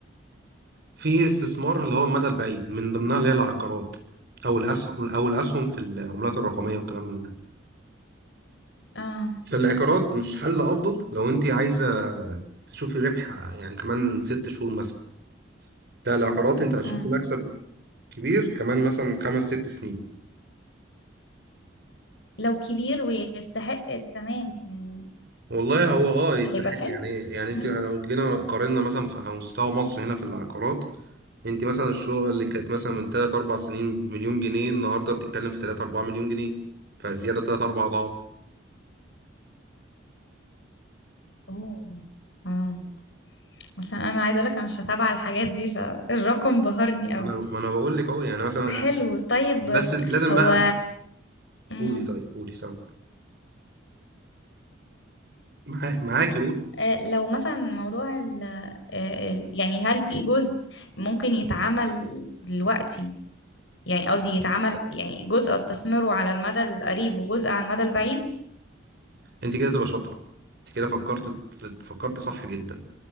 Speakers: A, on the right; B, on the left.
A: في استثمار اللي هو المدى البعيد من ضمنها اللي هي العقارات او الاسهم او الاسهم في العملات الرقميه والكلام من ده
B: اه
A: فالعقارات مش حل افضل لو انت عايزه تشوفي ربح يعني كمان ست شهور مثلا بتاع العقارات انت هتشوفي
B: اه
A: مكسب كبير كمان مثلا خمس ست سنين
B: لو كبير ويستحق تمام يعني
A: والله هو اه يستحق
B: هيبقى حلو
A: يعني يعني انت
B: امم
A: لو جينا قارنا مثلا في على مستوى مصر هنا في العقارات انت مثلا الشقه اللي كانت مثلا من 3 4 سنين بمليون جنيه النهارده بتتكلم في 3 4 مليون جنيه فزياده 3 4 ضعف
B: اوه اه عشان انا عايزه اقول لك انا مش متابعه الحاجات دي فالرقم بهرني قوي
A: انا ما انا بقول لك اهو يعني مثلا
B: حلو طيب
A: بس لازم
B: هو
A: بقى
B: امم
A: قولي طيب قولي سامع معاك معاكي قولي
B: آه، لو مثلا موضوع ال... آه، ال- يعني هل في جزء ممكن يتعمل دلوقتي يعني قصدي يتعمل يعني جزء استثمره على المدى القريب وجزء على المدى البعيد
A: انت كده تبقى شاطره انت كده فكرت فكرت صح جدا